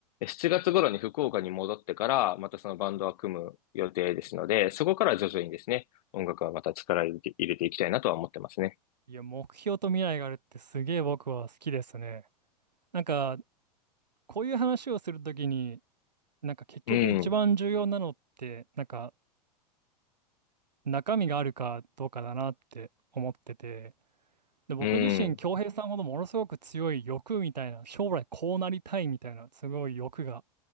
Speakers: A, on the left; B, on the right.
A: 7月頃に福岡に戻ってから、またそのバンドは組む予定ですので、そこから徐々にですね、音楽はまた力入れて、入れていきたいなとは思ってますね。
B: いや、目標と未来があるってすげえ僕は好きですね。なんかこういう話をするときになんか結局一番重要なのってなんか
A: うん、
B: 中身があるかどうかだなって思ってて、で、僕自身、
A: うん、
B: 恭平さんほどものすごく強い欲みたいな、将来こうなりたいみたいな、すごい欲が